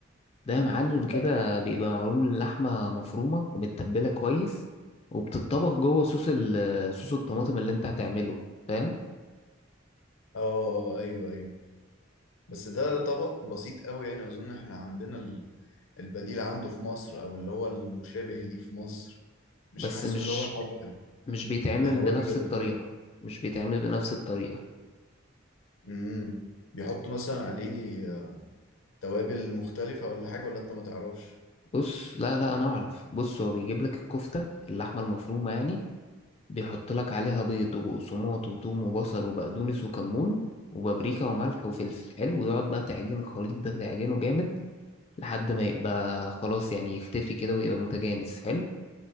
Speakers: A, on the left (about 30°); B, on the left (about 70°).
A: ده يا معلم
B: لا.
A: كده بيبقى معروم اللحمة مفرومة ومتبلة كويس وبتتطبخ جوه صوص ال- صوص الطماطم اللي انت هتعمله فاهم
B: اه ايوه ايوه بس ده طبق بسيط قوي يعني أظن احنا عندنا ال- البديل عنده في مصر أو اللي هو المشابه ليه في مصر مش
A: بس
B: حاسه
A: مش
B: اللي هو حاجة
A: مش بيتعمل
B: بهوية
A: بنفس الطريقة
B: جديدة
A: مش بيتعمل بنفس الطريقة
B: امم بيحطوا مثلا عليه توابل مختلفة ولا حاجة ولا أنت ما تعرفش
A: بص لا لا انا اعرف بص هو بيجيب لك الكفتة اللحمة المفرومة يعني بيحط لك عليها بيض وبقسماط وتوم وبصل وبقدونس وكمون وبابريكا وملح وفلفل حلو ويقعد بقى تعجن الخليط ده تعجنه جامد لحد ما يبقى خلاص يعني يختفي كده ويبقى متجانس حلو